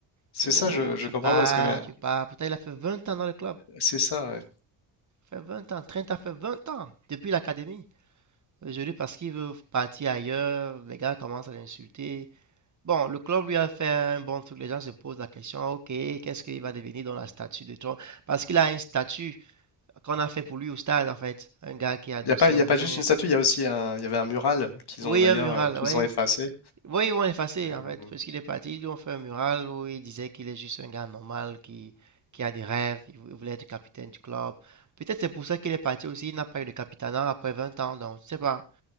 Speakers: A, on the left (about 55°); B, on the right (about 40°).
A: c'est
B: Que oh,
A: ça, je, je
B: tu
A: comprends
B: pars,
A: pas parce que ouais,
B: tu pars. Pourtant, il a fait vingt ans dans le club.
A: c'est ça.
B: Il a Fait 20 ans. Trent a fait 20 ans depuis l'académie. Aujourd'hui, parce qu'il veut partir ailleurs, les gars commencent à l'insulter. Bon, le club lui a fait un bon truc. Les gens se posent la question, ok, qu'est-ce qu'il va devenir dans la statue de Trump? Parce qu'il a une statue qu'on a fait pour lui au stade, en fait. Un gars qui est adossé
A: Il n'y a pas, y
B: au
A: a
B: mur.
A: pas juste une statue, il y a aussi un, y avait un mural qu'ils
B: Oui,
A: ont d'ailleurs
B: un mural,
A: euh, qu'ils
B: oui.
A: ont effacé.
B: Oui, ils vont l'effacer,
A: Euh,
B: en fait.
A: bon.
B: Parce qu'il est parti, ils lui ont fait un mural où il disait qu'il est juste un gars normal qui, qui a des rêves. Il vou- il voulait être capitaine du club. Peut-être c'est pour ça qu'il est parti aussi. Il n'a pas eu de capitanat après 20 ans, donc je sais pas.